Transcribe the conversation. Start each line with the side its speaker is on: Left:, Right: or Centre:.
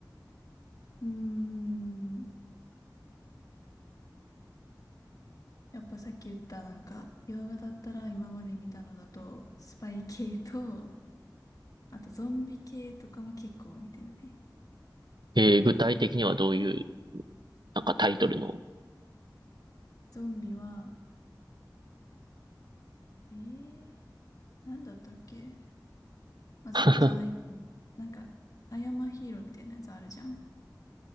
Left: うーん。やっぱさっき言ったなんか、洋画だったら今まで見たのだと、スパイ系と、あとゾンビ系とかも結構見てるね。
Right: えー、具体的にはどういう、なんかタイトルの。
Left: ゾンビは、えー、なんだったっけまあゾンビじゃないけど、
Right: <laughs>
Left: なんか、アイアンマンヒーローみたいなやつあるじゃん。